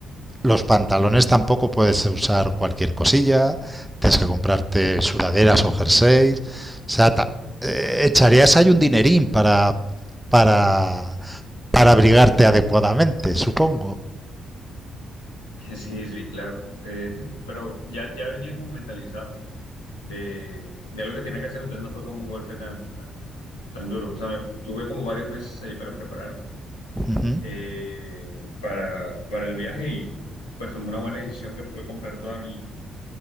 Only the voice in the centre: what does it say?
los pantalones tampoco puedes usar cualquier cosilla, tienes que comprarte sudaderas o jerseys, o sea, eh, echarías ahí un dinerín para para para abrigarte adecuadamente, supongo.
Ujú,